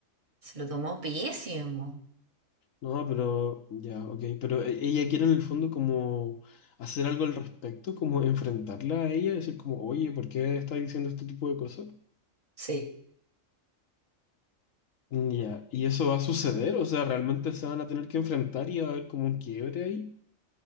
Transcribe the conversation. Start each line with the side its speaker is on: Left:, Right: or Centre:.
Right: se lo tomó pésimo.
Left: No, pero ya, ok, pero e- ella quiere en el fondo como hacer algo al respecto, como enfrentarla a ella, decir como, oye, ¿por qué está diciendo este tipo de cosas?
Right: Sí,
Left: Mm, Ya, y eso va a suceder, o sea, realmente se van a tener que enfrentar y va a haber como un quiebre ahí.